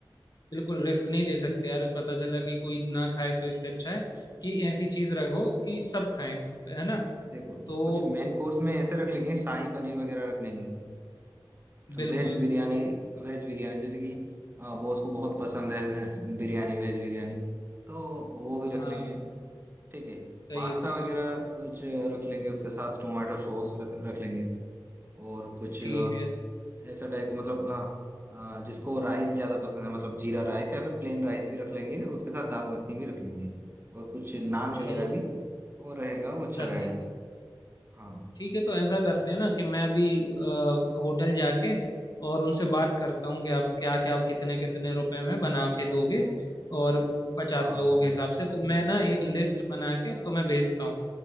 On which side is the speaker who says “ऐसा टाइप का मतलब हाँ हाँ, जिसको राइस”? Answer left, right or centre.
Right